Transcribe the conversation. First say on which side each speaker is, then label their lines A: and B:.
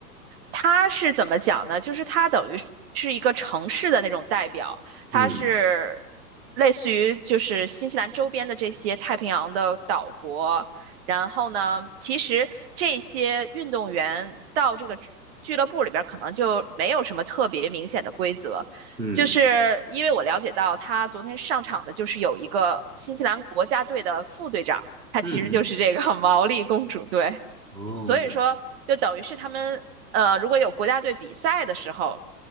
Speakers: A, on the right; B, on the right.
A: 他是怎么讲呢？就是他等于是一个城市的那种代表，他是类似于就是新西兰周边的这些太平洋的岛国。
B: 嗯
A: 然后呢，其实这些运动员到这个俱俱乐部里边，可能就没有什么特别明显的规则。
B: 嗯
A: 就是因为我了解到，他昨天上场的就是有一个新西兰国家队的副队长，他其实就是这个
B: 嗯嗯，
A: <laughs> 毛利公主队。
B: 哦，
A: 所以说，就等于是他们呃，如果有国家队比赛的时候，